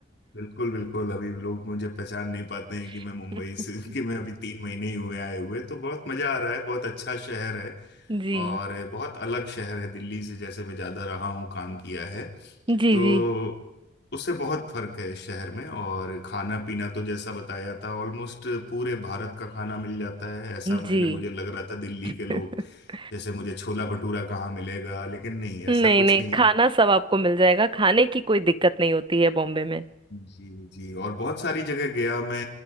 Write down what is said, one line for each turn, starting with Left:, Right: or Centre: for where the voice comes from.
Left: बिल्कुल बिल्कुल अभी लोग मुझे पहचान नहीं पाते हैं कि मैं
Right: <laughs>
Left: मुंबई से <laughs> कि मैं अभी तीन महीने ही हुए आए हुए तो बहुत मजा आ रहा है बहुत अच्छा शहर है
Right: जी
Left: और बहुत अलग शहर है दिल्ली से जैसे मैं ज्यादा रहा हूँ काम किया है
Right: जी
Left: तो
Right: जी
Left: उससे बहुत फर्क है शहर में और खाना पीना तो जैसा बताया था ऑलमोस्ट पूरे भारत का खाना मिल जाता है ऐसा मुझे
Right: जी
Left: मुझे लग रहा था दिल्ली
Right: <laughs>
Left: के लोग जैसे मुझे छोला भटूरा कहाँ मिलेगा लेकिन नहीं
Right: नहीं
Left: ऐसा कुछ
Right: नहीं
Left: नहीं
Right: खाना
Left: है
Right: सब आपको मिल जाएगा खाने की कोई दिक्कत नहीं होती है बॉम्बे में
Left: जी जी और बहुत सारी जगह गया मैं